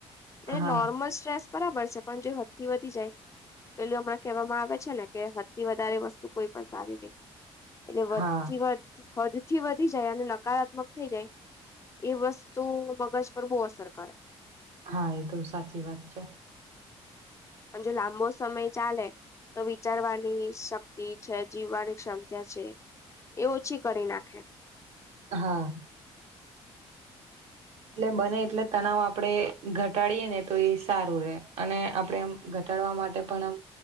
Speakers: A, on the left; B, on the right.
A: એટલે
B: હા
A: નોર્મલ સ્ટ્રેસ બરાબર છે પણ જે વધી જાય પેલું હમણાં કહેવામાં આવે છે ને કે હથી વધારે વસ્તુ કોઈ પણ સારી નહીિ એટલે વધ
B: હા
A: હદથી વધી જાય અને નકારાત્મક થઈ જાય એ વસ્તુ મગજ પર બહુ અસર કરે
B: હા એ તો સાચી વાત છે.
A: પણ જો લાંબો સમય ચાલે તો વિચારવાની શક્તિ છે જીવવાની ક્ષમતા છે એ ઓછી કરી નાખે.
B: હા. એટલે બને એટલે તનાવ આપડે ઘટાડીએેને તો એ સારું રે અને આપણે એમ ઘટાડવા માટે પણ આમ